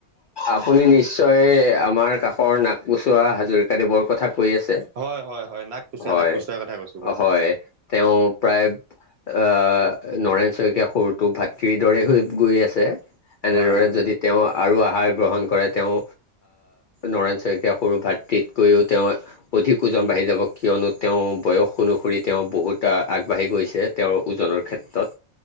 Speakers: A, on the left; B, on the right.
A: আপুনি নিশ্চয় আমাৰ কাষৰ নাক পোচোৱা হাজৰিকা দেৱৰ কথা পৰি আছে
B: হয় হয় হয় নাক কোচোৱা
A: হয়
B: নাক কোচোৱাৰ কথা কৈছো মই
A: হয় তেওঁ প্ৰায় অ নৰেন শইকীয়া সুৰটো ভাতৃৰ দৰে হৈ গৈ আছে এনেদৰে
B: হয় হয়
A: যদি তেওঁ আৰু আহাৰ গ্ৰহণ কৰে তেওঁ নৰেন শইকীয়া সৰু ভাতৃৃতকৈও তেওঁ অধিক ওজন বাঢ়ি যাব কিয়নো তেওঁ বয়স অনুসৰি তেওঁ বহুতটা আগবাঢ়ি গৈছে তেওঁৰ ওজনত ক্ষেত্ৰত